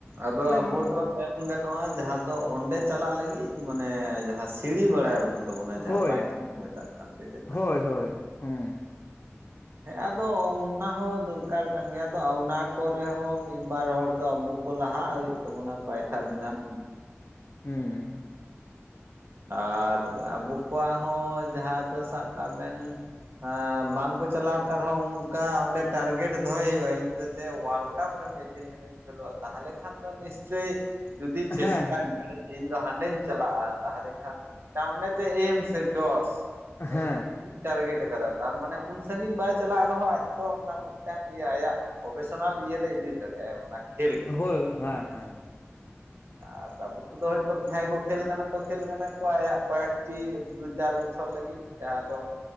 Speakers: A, on the right; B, on the left.
A: ᱟᱫᱚ ᱟᱵᱚ
B: ᱱᱩᱠᱩ
A: ᱫᱚ ᱯᱩᱱ ᱜᱟᱱᱚᱜ-ᱟ ᱡᱟᱦᱟᱸ ᱫᱚ ᱚᱸᱰᱮ ᱪᱟᱞᱟᱜ ᱞᱟᱹᱜᱤᱫ ᱢᱟᱱᱮ ᱡᱟᱦᱟᱸ ᱥᱤᱲᱤ ᱵᱟᱲᱟᱭ ᱵᱟᱹᱱᱩᱜ᱾ ᱛᱟᱵᱚᱱᱟ ᱡᱟᱦᱟᱸ
B: ᱦᱳᱭ
A: ᱯᱟᱭᱪᱷᱤ ᱵᱚᱱ ᱢᱮᱛᱟᱜ ᱠᱟᱱ ᱥᱮ ᱪᱮᱫ᱾
B: ᱦᱳᱭ ᱦᱳᱭ᱾ ᱦᱩᱸ᱾
A: ᱦᱮᱸ ᱟᱫᱚ ᱚᱱᱟ ᱦᱚᱸ ᱫᱚᱨᱠᱟᱨ ᱠᱟᱱ ᱜᱮᱭᱟ, ᱟᱫᱚ ᱚᱱᱟ ᱠᱚᱨᱮ ᱦᱚᱸ ᱢᱤᱫ ᱵᱟᱨ ᱦᱚᱲ ᱫᱚ ᱟᱵᱚ ᱠᱚ ᱞᱟᱦᱟᱜ ᱦᱩᱭᱩᱜ ᱛᱟᱵᱚᱱᱟ ᱯᱟᱭᱴᱷᱟ ᱵᱮᱱᱟᱣ
B: ᱦᱩᱸᱻ
A: ᱟᱨ ᱟᱵᱚ ᱠᱚᱣᱟᱜ ᱦᱚᱸ ᱡᱟᱦᱟᱸ ᱫᱚ ᱥᱟᱵᱽ ᱠᱟᱜ ᱵᱮᱱ ᱟᱻ ᱵᱟᱝᱠᱚ ᱪᱟᱞᱟᱣ ᱠᱟᱱ ᱨᱮ ᱦᱚᱸ ᱚᱱᱠᱟ ᱚᱸᱰᱮ ᱴᱟᱨᱜᱮᱴ ᱫᱚᱦᱚᱸ ᱦᱩᱭᱩᱜ-ᱟ ᱤᱧ ᱫᱚ ᱡᱮ ᱚᱣᱟᱨᱞᱰ ᱠᱟᱯ ᱨᱮ ᱢᱤᱫ ᱫᱤᱱ ᱦᱤᱞᱳᱜ ᱤᱧ ᱠᱷᱮᱞᱳᱜ-ᱟ ᱛᱟᱦᱚᱸᱞᱮ ᱠᱷᱟᱱ ᱫᱚ ᱱᱤᱥᱪᱳᱭ ᱡᱩᱫᱤ ᱪᱮᱥᱴᱟ
B: ᱦᱮᱸ
A: ᱧᱮᱞ ᱤᱧ ᱫᱚ ᱦᱟᱸᱰᱮᱧ ᱪᱟᱞᱟᱜ-ᱟ᱾ ᱛᱟᱦᱚᱸᱞᱮ ᱠᱷᱟᱱ, ᱢᱤᱫᱴᱟᱝ ᱚᱱᱮ ᱡᱮ ᱮᱢ ᱥᱮ ᱡᱚᱥ <unintelligible>
B: ᱦᱮᱸ
A: ᱴᱟᱨᱜᱮᱴ ᱟᱠᱟᱫᱟ ᱛᱟᱨᱢᱟᱱᱮ ᱩᱱ ᱥᱟᱺᱜᱤᱧ ᱵᱟᱭ ᱪᱟᱞᱟᱜ ᱨᱮ ᱦᱚᱸ ᱟᱡ ᱛᱚ ᱚᱱᱟ ᱢᱤᱫᱴᱟᱝ ᱤᱭᱟᱹ ᱟᱭᱟᱜ ᱯᱨᱚᱯᱷᱮᱥᱚᱱᱟᱞ ᱤᱭᱟᱹ ᱨᱮ ᱤᱫᱤ ᱫᱟᱲᱮᱭᱟᱜ ᱟᱭ ᱚᱱᱟ ᱠᱷᱮᱞ ᱜᱮ
B: ᱦᱳᱭ ᱦᱮᱸ ᱦᱮᱸ
A: ᱟᱨ ᱵᱟᱵᱩ ᱠᱚᱫᱚ ᱦᱳᱭᱛᱳ ᱡᱟᱦᱟᱸᱭ ᱠᱚ ᱠᱷᱮᱞ ᱠᱟᱱᱟ ᱛᱚ ᱠᱷᱮᱞ ᱠᱟᱱᱟ ᱠᱚ ᱟᱭᱟᱜ ᱠᱚᱭᱮᱠᱴᱤ ᱫᱩ ᱪᱟᱨ ᱵᱚᱪᱷᱚᱨ ᱞᱟᱹᱜᱤᱫ ᱡᱟᱦᱟᱸ ᱫᱚ